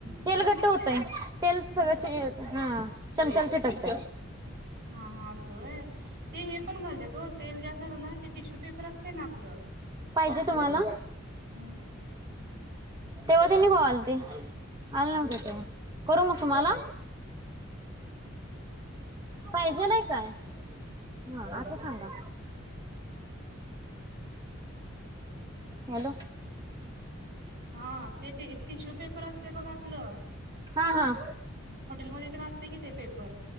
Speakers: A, on the right (about 20°); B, on the right (about 50°).
A: तेल
B: वढून
A: घट्ट
B: घेते
A: होतय तेल सगळ्याचे
B: घट्ट होते
A: हा चमचाल चिटकत.
B: हा हा असं होय. ते हे पण घालत्यात ओ तेल जास्त झालं ना ते टिश्यू पेपर असते ना आपलं.
A: पाहिजे तुम्हाला?
B: हम्म
A: तेव्हा तेनि कवा आलती आले नव्हत तेव्हा करू ना तुम्हाला. पाहिजेल आहे काय? हा असं सांगा. हॅलो.
B: हा ते टिश्यू पेपर असते बघ आपलं.
A: हा. हा
B: हॉटेलमध्ये तर असता कि ते पेपर.